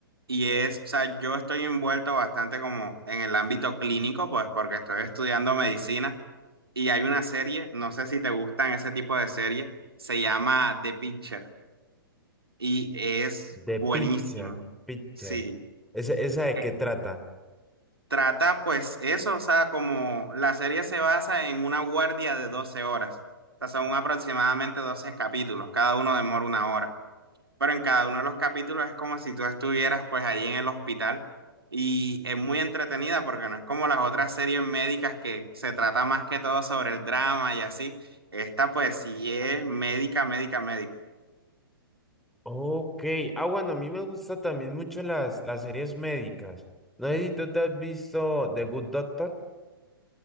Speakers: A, on the right (about 80°); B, in the centre.
A: Y es, o sea, yo estoy envuelto bastante como en el ámbito clínico, pues porque estoy estudiando medicina. Y hay una serie, no sé si te gustan ese tipo de series, se llama The Pitcher y es
B: The
A: buenísima.
B: Pincher. Pincher.
A: Sí.
B: ¿Esa, esa de
A: Eh,
B: qué trata?
A: Trata pues eso, o sea, como la serie se basa en una guardia de 12 horas, o sea, son aproximadamente 12 capítulos, cada uno demora una hora. pero en cada uno de los capítulos es como si tú estuvieras pues ahí en el hospital y es muy entretenida porque no es como las otras series médicas que se trata más que todo sobre el drama y así. Esta pues sí es médica, médica, médica.
B: Ok. Ah, bueno, a mí me gusta también mucho las, las series médicas. No sé si tú te has visto The Good Doctor.